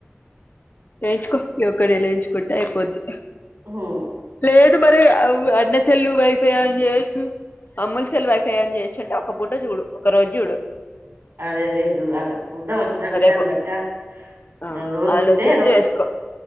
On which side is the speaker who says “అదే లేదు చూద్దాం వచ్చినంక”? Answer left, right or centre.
Right